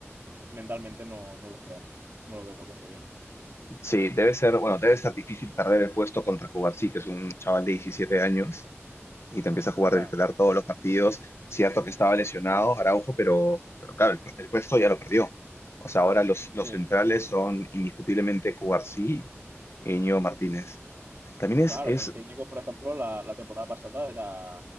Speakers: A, on the right; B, on the left.
A: mentalmente no, no lo veo. No lo veo que esté bien.
B: Sí, debe ser, bueno, debe estar difícil perder el puesto contra Cubarsí, que es un chaval de 17 años y te empieza a jugar
A: Ya,
B: de titular todos los partidos. Cierto que estaba lesionado Araujo, pero, pero claro, el, el puesto ya lo perdió. O sea, ahora los,
A: sí,
B: los centrales son indiscutiblemente Cubarsí y Íñigo Martínez. También es,
A: claro,
B: es,
A: pero es que Íñigo, por ejemplo, la, la temporada pasada era